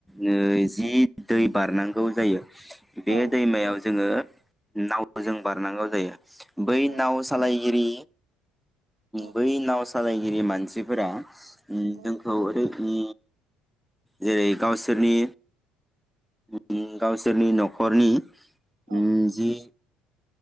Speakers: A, in the centre; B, on the right.
A: नैजि
B: औ
A: दै। बारनांगौ जायो।
B: औ
A: बे दैमायाव जोङो। नाव जों बारनांगौ जायो। बै
B: औ
A: नाव सालायगिरि
B: औ
A: बै
B: औ
A: नाव सालायगिरि मान। सिफोरा। ओम
B: नंगौ
A: जोंखौ ओरै। ओम जेरै गावसोरनि ओम गावसोरनि न'खरनि।
B: औ
A: ओम जि।